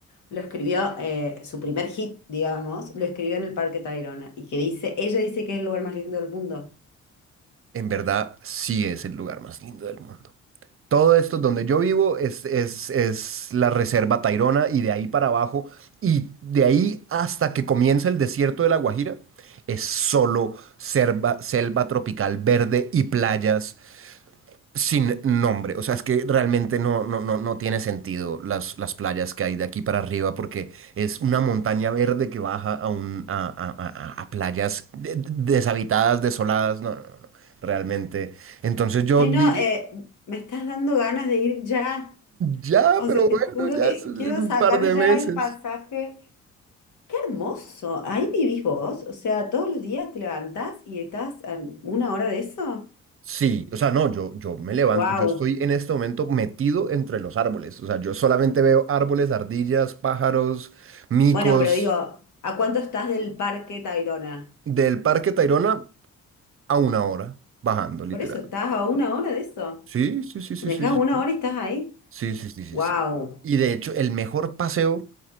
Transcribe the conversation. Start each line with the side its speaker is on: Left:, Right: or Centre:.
Left: lo escribió, eh, su primer hit, digamos, lo escribió en el Parque Tayrona, y que dice, ella dice que es el lugar más lindo del mundo.
Right: En verdad, sí es el lugar más lindo del mundo. Todo esto donde yo vivo es, es, es la reserva Tairona y de ahí para abajo y de ahí hasta que comienza el desierto de La Guajira es solo selva, selva tropical verde y playas sin nombre. O sea, es que realmente no, no, no, no tiene sentido las, las playas que hay de aquí para arriba porque es una montaña verde que baja a, un, a, a- a- a playas de- deshabitadas, desoladas. No, no, no, no, realmente. Entonces yo
Left: Ay,
Right: dir-
Left: no, eh, me estás dando ganas de ir ya.
Right: Ya,
Left: O
Right: pero
Left: sea, te
Right: bueno,
Left: juro
Right: ya
Left: que
Right: es en
Left: quiero
Right: un
Left: sacar
Right: par de
Left: ya
Right: meses.
Left: el pasaje. Qué hermoso. Ahí vivís vos. O sea, todos los días te levantás y estás a una hora de eso.
Right: Sí, o sea, no, yo, yo me levanto,
Left: Wow.
Right: yo estoy en este momento metido entre los árboles, o sea, yo solamente veo árboles, ardillas, pájaros, micos,
Left: Bueno, pero digo, ¿a cuánto estás del Parque Tayrona?
Right: del Parque Tayrona a una hora, bajando, literal.
Left: Por eso, estás a una hora de eso.
Right: Sí, sí, sí, sí,
Left: Manejás
Right: sí,
Left: una
Right: sí,
Left: hora y estás ahí.
Right: sí, sí, sí, sí,
Left: Wow.
Right: sí. sí. Y de hecho, el mejor paseo